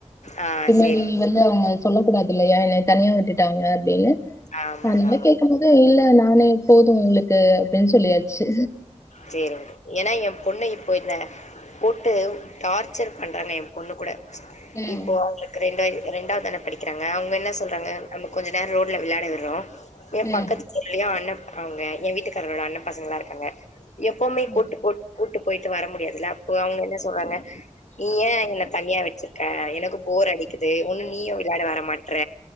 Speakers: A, on the left; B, on the left.
A: ஆ
B: பின்னாடி
A: சரிங்க.
B: வந்து அமல் சொல்ல கூடாதுல்லையா யாய தனியா விட்டுட்டாங்க அப்டின்னு
A: ஆமாங்க,
B: அதனால
A: ஆமாங்க.
B: கேட்கும் போது இல்ல நானே போதும் உங்களுக்கு அப்படின்னு சொல்லியாச்சு
A: சேரிங்க. ஏன்னா என் பொண்ணு இப்போ என்ன போட்டு டார்ச்சர் பண்ணுறாங்க என் பொண்ணு கூட
B: ம்
A: இப்போ அவளுக்கு ரெண்ட இண்டாது தான படிக்றா ஆ அவங்க என்ன சொல்றாங்க நமக் கொஞ்ச நெரோ விளையாட விட்றோம் ஏன்
B: ம்
A: பக்கத்துல்லையுன் அண்ணா அவுங்க என் வீட்டுக்காரரோட அண்ணன் பசங்களா இருக்காங்க எப்பவுமே
B: ம்
A: கோட்டு கோட் கோட் விட்டு போயிட்டு வர முடியாதுல்ல அப்போ அவங்க என்ன சொல்றாங்க நீ ஏன் எங்கள தனியா வச்சிருக்க எனக்கு போர் அடிக்குது ஒன்னு நீயும் விளையாட வர மாட்ற